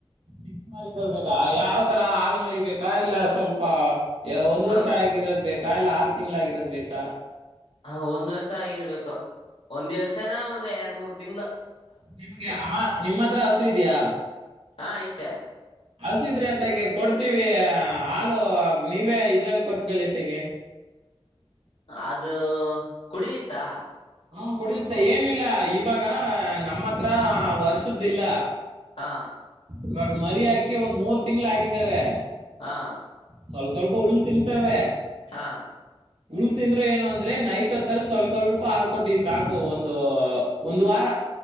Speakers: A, on the right (about 70°); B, on the left (about 70°).
A: ಚಿಕ್ಕ ಮಾರಿಕೊಳ್ಬೇಕಾ ಯಾವ ತರ ಹಾಲ್ ಮರಿಬೇಕಾ ಇಲ್ಲ ಸ್ವಲ್ಪ ಒಂದ್
B: ಸ್ವಲ್ಪ
A: ವರ್ಷ ಆಗಿರೋದ್ ಬೇಕಾ ಇಲ್ಲ ಆರು ತಿಂಗ್ಗಳಾಗಿರೋದ್ ಬೇಕಾ
B: ಹ ಒಂದ್ ವರ್ಷ ಆಗಿರ್ಬೇಕು ಒಂದ್ ವರ್ಸನ ಒಂದ್ ಎರಡ್ ಮೂರ್ ತಿಂಗ್ಳ
A: ನಿಮಗೆ ಆ ನಿಮ್ಮ ಹತ್ರ ಹಸು ಇದೆಯಾ
B: ಹಾ ಐತೆ
A: ಹಸ ಇದ್ರೆ ಅತೆಗೆ ಕೊಡ್ತೀವಿ ಹಾಲು ನೀವೇ ಇದ್ರಲ್ಲ ಕೊಟ್ಟಗಲ್ಯತೆಗೆ
B: ಅದು ಕುಡಿಯುತ್ತಾ
A: ಹಾ ಕುಡಿಯುತ್ತೆ ಏನು ಇಲ್ಲ ಇವಾಗ ನಮ್ಮ ಹತ್ರ ವರ್ಷದಿಲ್ಲ
B: ಹಾ
A: ಇವಾಗ ಮರಿ ಹಾಕಿ ಒಂದ್ ಮೂರ್ ತಿಂಗಳ ಆಗಿದ್ದಾವೆ
B: ಹಾ
A: ಸ್ವಲ್ಪ ಸ್ವಲ್ಪ ಉಳ್ ತಿಂತವೆ
B: ಹಾ
A: ಉಲ್ ತಿಂದರು ಏನು ಅಂದ್ರೆ ನೈಟ್ ಹೊತ್ತಲ್ಲಿ ಸ್ವಲ್ಪ ಸ್ವಲ್ಪ ಹಾಲ್ಕಟ್ಟು ಸಾಕು ಒಂದು ಒಂದು್ ವಾರ